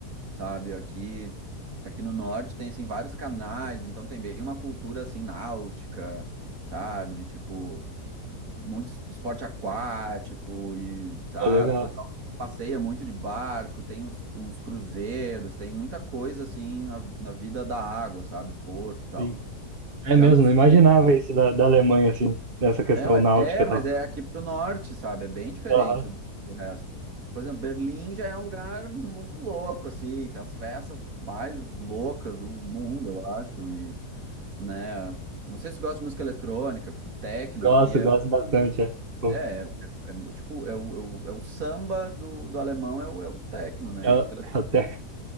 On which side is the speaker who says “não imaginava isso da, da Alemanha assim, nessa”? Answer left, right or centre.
Right